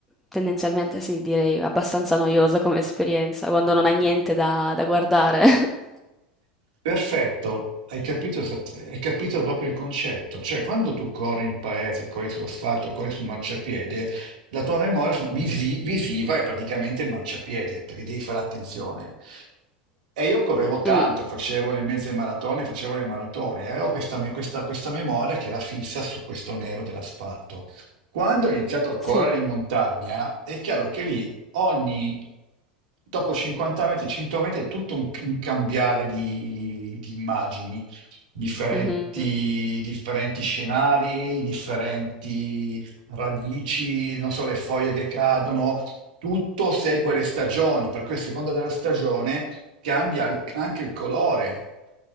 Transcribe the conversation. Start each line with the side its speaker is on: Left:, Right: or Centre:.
Centre: tendenzialmente sì, direi abbastanza noiosa come esperienza, quando non hai niente da da guardare. <laughs>
Right: Perfetto, hai capito, esatt- hai capito proprio il concetto. Cioè, quando tu corri in paese, corri sull'asfalto, corri sul marciapiede, la tua memoria fo- visi- visiva è praticamente il marciapiede, perché devi fare attenzione. E io correvo tanto,
Centre: Mh,
Right: facevo le mezze maratone, facevo le maratone, e avevo questa, me- questa- questa memoria che era fissa su questo nero dell'asfalto. Quando ho iniziato a correre
Centre: sì.
Right: in montagna, è chiaro che lì ogni, dopo 50 metri, 100 metri è tutto un, un cambiare di, di immagini, differenti,
Centre: Mh-mh.
Right: differenti scenari, differenti radici, non so, le foglie che cadono, tutto segue le stagioni, per cui a seconda della stagione cambia il- anche il colore.